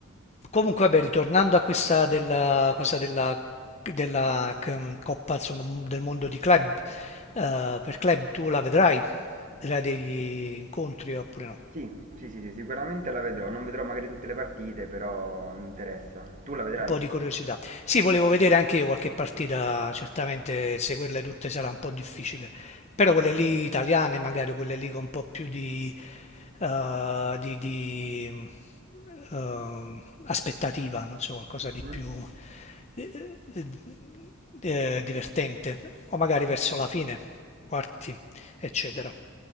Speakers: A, on the left (about 30°); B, on the right (about 35°).
A: Comunque, vabbè, ritornando a questa della cosa della, della c- Coppa, insomma, m- del mondo di club, eh, per club tu la vedrai, vedrai degli incontri oppure no?
B: Sì, sì, sì, sì, sicuramente la vedrò. Non vedrò magari tutte le partite, però mi interessa. Tu la vedrai?
A: un po' di curiosità. Sì, volevo vedere anche io qualche partita, certamente seguirle tutte sarà un po' difficile, però quelle lì italiane, magari quelle lì con un po' più di, eh, di- di, eh, aspettativa, non so, qualcosa di
B: Mm.
A: più eh, eh, divertente, o magari verso la fine, quarti, eccetera.